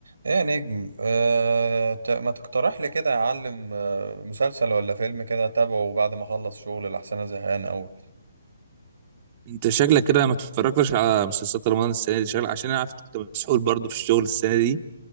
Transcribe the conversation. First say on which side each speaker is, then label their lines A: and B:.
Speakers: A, on the right; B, on the right.
A: ايه يا نجم آه، ت- ما تقترح لي كده اعلم آه، مسلسل ولا فيلم كده اتابعه بعد ما اخلص شغل لأحسن انا زهقان قوي
B: انت شكلك كده ما اتفرجتش على مسلسلات رمضان السنه دي شكلك عشان انا عارف كنت مسحول برضه في الشغل السنه دي